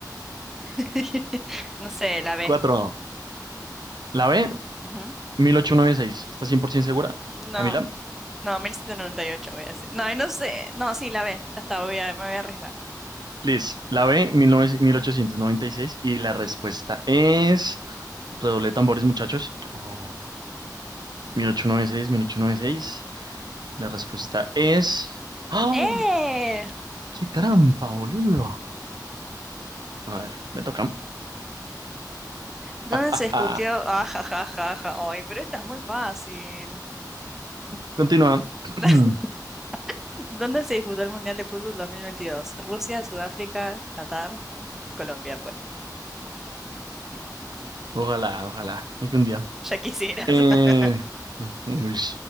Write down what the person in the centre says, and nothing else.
<laughs> No sé, la B.
Ujú.
No.
No, 1798 voy a decir. No, y no sé. No, sí, la B. Ya está, voy a, me voy a arriesgar.
¡Eh!
Mm,
mm, mm.
¿Dónde
se disputó? Ah, ja, ja, ja, ja. Ay, pero esta es muy fácil.
<laughs> ¿Dónde se disputó el Mundial de Fútbol dos mil veintidós? Rusia, Sudáfrica, Qatar, Colombia. Bueno,
ya quisieras.
<laughs>